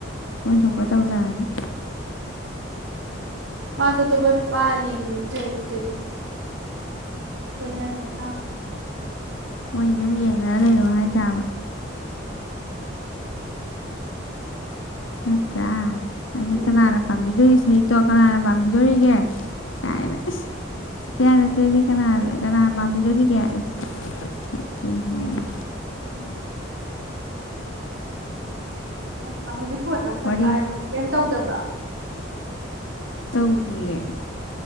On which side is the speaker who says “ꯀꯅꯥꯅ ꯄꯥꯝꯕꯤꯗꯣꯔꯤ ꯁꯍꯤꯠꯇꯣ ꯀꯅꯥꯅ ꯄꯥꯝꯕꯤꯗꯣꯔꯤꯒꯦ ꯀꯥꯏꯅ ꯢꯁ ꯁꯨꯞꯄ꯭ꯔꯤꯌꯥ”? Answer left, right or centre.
Left